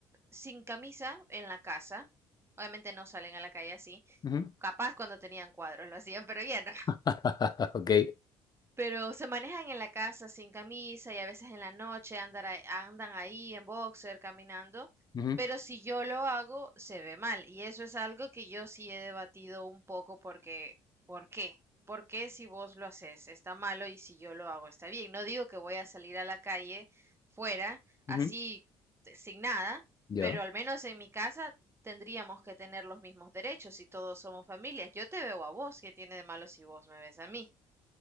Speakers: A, on the right; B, on the left.
A: sin camisa en la casa. Obviamente no salen a la calle así.
B: Ujú.
A: Capaz cuando tenían cuadros lo hacían, pero ya no.
B: <laughs> Ok.
A: Pero se manejan en la casa sin camisa y a veces en la noche andan, ahí- andan ahí en boxer caminando.
B: Ujú,
A: Pero si yo lo hago, se ve mal. Y eso es algo que yo sí he debatido un poco porque, ¿por qué? ¿Por qué si vos lo haces está malo y si yo lo hago está bien? No digo que voy a salir a la calle fuera
B: ujú,
A: así eh, sin nada,
B: Ya.
A: pero al menos en mi casa tendríamos que tener los mismos derechos si todos somos familias. Yo te veo a vos, ¿qué tiene de malo si vos me ves a mí?